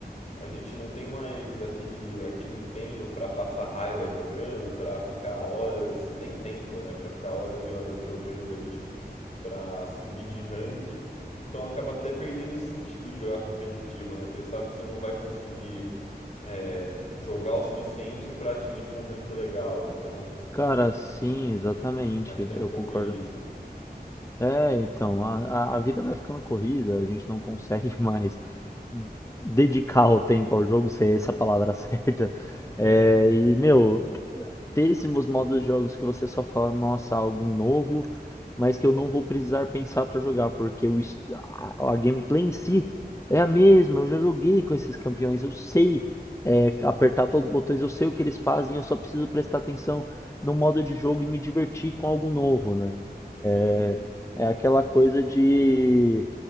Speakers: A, on the left; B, on the left.
A: a gente não tem mais aquele, aquele empenho pra passar raiva jogando, pra ficar horas, nem tempo, né? Pra ficar horas e horas jogando ali para subir de rank. Então acaba até perdendo o sentido de jogar competitivo, né? Porque sabe que você não vai conseguir é, jogar o suficiente para atingir um rank legal. Então
B: Cara, sim, exatamente,
A: acho que tem um
B: eu
A: pouco
B: concordo.
A: disso.
B: É, então, a, a a vida vai ficando corrida, a gente não consegue <laughs> mais dedicar o tempo ao jogo, se é essa a palavra <laughs> certa.
A: <laughs>
B: É, e, meu, péssimos modos de jogos que você só fala, nossa, algo novo, mas que eu não vou precisar pensar para jogar, porque o est- a, a gameplay em si é a mesma. Eu já joguei com esses campeões, eu sei é, apertar todos os botões, eu sei o que eles fazem, eu só preciso prestar atenção no modo de jogo e me divertir com algo novo, né?
A: sim,
B: É, é aquela coisa de